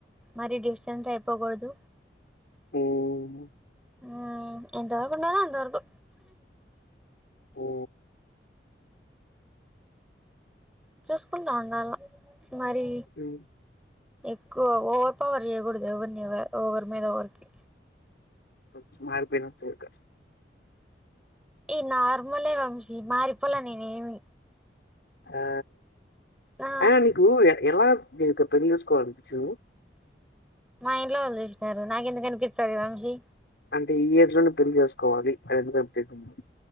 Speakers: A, in the centre; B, on the left.
A: మరి డిస్టెన్స్ అయిపోగూడదు.
B: అవును
A: ఉమ్ ఎంతవరకు ఉండాల అంతవరకు
B: ఓ
A: చూసుకుంటా ఉండాల. మరి
B: హ్మ్.
A: ఎక్కువ ఓ పవర్ చేయగుడదు ఎవార్ని ఎవ ఒవరుమిధా ఓవరుకి
B: వచ్చి మారీపోయిన తోడక
A: ఈ నార్మలే వంశీ మారిపోల నేనే ఏమి
B: ఆ
A: ఆ
B: అయిన నీకు ఏ ఎలా దేనుకో పెళ్లి చేసుకోవాలినిపించింది.
A: మా ఇంట్లో వాళ్ళు చేస్నారు. నాకేందుకనిపింస్తది. వంశీ
B: అంటే ఈ ఏజ్ లోనే పెళ్లి చేసుకోవాలి, అనేందూకానిపించింది.